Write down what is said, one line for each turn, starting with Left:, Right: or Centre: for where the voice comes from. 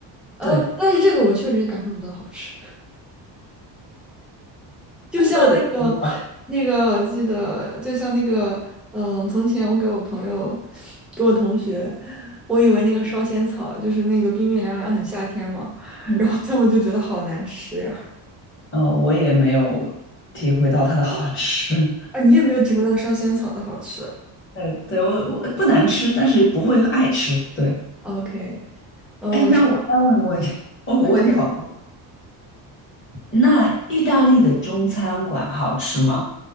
Centre: 呃，
Left: 对，
Centre: 但是这个我确实也感受不到好吃，<laughs> 就像那个
Left: 饿的时候吧，
Centre: 那个，我记得就像那个，嗯、从前我给我朋友，给我同学，我以为那个烧仙草就是那个冰冰凉凉很夏天嘛，
Left: 嗯，
Centre: 然后他们就觉得好难吃呀。
Left: 哦，我也没有体会到它的好吃。
Centre: 啊，你也没有体会到烧仙草的好吃。
Left: 呃，对，我我不难吃，但是不会爱吃。对，
Centre: OK，呃，
Left: 哎，
Centre: 我是
Left: 那我再问个问题，哦，我问题好多。
Centre: 啊，你问。
Left: 那意大利的中餐馆好吃吗？